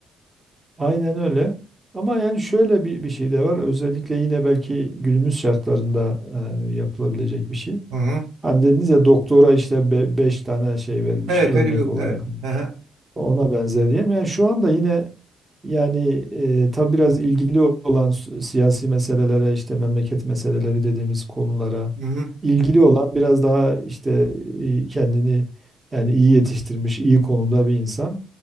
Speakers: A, on the right (about 20°); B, on the right (about 80°).
A: Aynen öyle. Ama yani şöyle bir, bir şey de var. Özellikle yine belki günümüz şartlarında e, yapılabilecek bir şey.
B: Hı hı.
A: Hani dediniz ya doktora işte be 5 tane şey verilmiş
B: Evet
A: örnek
B: öyle bir
A: olarak.
B: evet. Hı hı.
A: Ona benzer diyelim. Yani şu anda yine yani e, tabii biraz ilgili olan s- siyasi meselelere işte memleket meseleleri dediğimiz konulara
B: Hı hı.
A: ilgili olan biraz daha işte e, kendini yani iyi yetiştirmiş, iyi konumda bir insan.